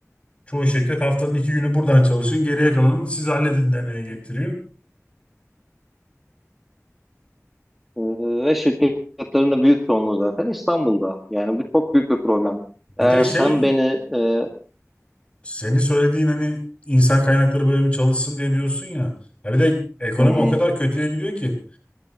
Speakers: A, on the left; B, in the centre.
A: Çoğu şirket haftanın iki günü buradan çalışın, geriye kalanını siz halledin demeye getiriyor.
B: Ee, Ve şirketlerin de büyük çoğunluğu zaten İstanbul'da. Yani bu çok büyük bir problem.
A: Bir
B: Eğer
A: de şey,
B: sen beni e, hı
A: senin söylediğin hani insan kaynakları bölümü çalışsın diye diyorsun ya. Ya bir de ekonomi
B: hı,
A: o kadar kötüye gidiyor ki.